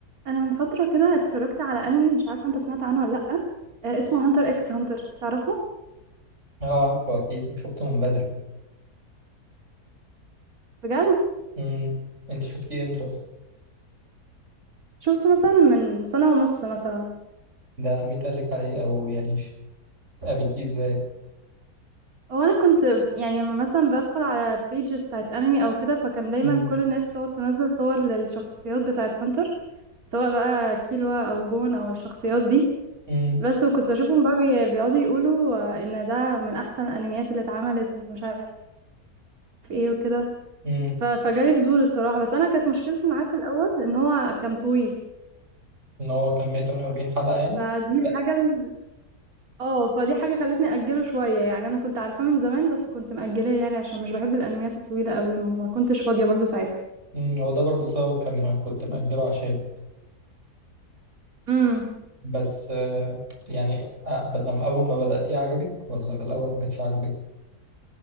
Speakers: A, on the right (about 65°); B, on the right (about 45°).
A: انا من فتره كده اتفرجت على انمي مش عارفه انت سمعت عنه ولا لا آه، اسمه هانتر اكس هانتر تعرفه
B: اه عارفه اكيد شفته من بدري
A: بجد
B: امم انت شفتيه امتى اصلا
A: شفته مثلا من سنه ونص مثلا
B: ده مين قال لك عليه او يعني ش- قابلتيه ازاي
A: هو انا كنت يعني لما مثلا بدخل على بيجز بتاعت انمي او كده فكان دايما
B: امم
A: كل الناس بتقعد تنزل صور للشخصيات بتاعت هانتر سواء بقى كيلوا او جون او الشخصيات دي
B: امم
A: بس وكنت بشوفهم بقى بي- بيقعدوا يقولوا آه، ان ده من احسن الانميات اللي اتعملت ومش عارف ايه وكده
B: امم
A: ف... فجالي فضول الصراحة بس أنا كانت مشكلتي معاه في الأول إن هو كان طويل
B: ان هو كان 148 حلقه يعني
A: فدي الحاجة
B: لا
A: ال... اه فدي حاجة خلتني أجله شوية يعني أنا كنت عارفاه من زمان بس كنت مأجلاه يعني عشان مش بحب الأنميات الطويلة قوي وما كنتش فاضية برضو ساعتها
B: امم هو ده برضه سبب كان ما كنت مأجله عشان
A: امم
B: بس آه يعني آه، بل- لما اول ما بدأتيه عجبك ولا في الاول ما كانش عجبك